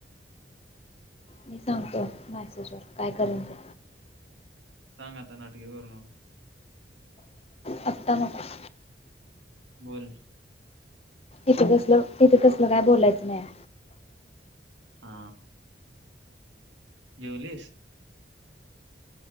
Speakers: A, on the left; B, on the right.
A: मी सांगतो मॅसेजर काय करेन ते
B: सांग आता नाटकी करू नको
A: आत्ता नको
B: बोल
A: इथं कसलं इथं तसल काय बोलायचं नाही
B: आ जेवलीस